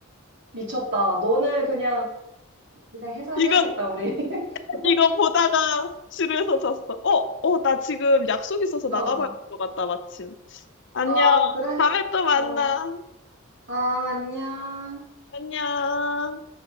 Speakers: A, on the right (about 50°); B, on the left (about 55°).
A: 미쳤다. 너는 그냥, 그냥 해산해야겠다,
B: 이건,
A: 우리. <laughs>
B: 이거 보다가 지루해서 잤어. 어, 어, 나 지금 약속 있어서 나가봐야
A: 어, 어.
B: 될 것 같다, 마침. 안녕.
A: 아, 그래?
B: 다음에 또 만나.
A: 어, 아, 안녕.
B: 안녕.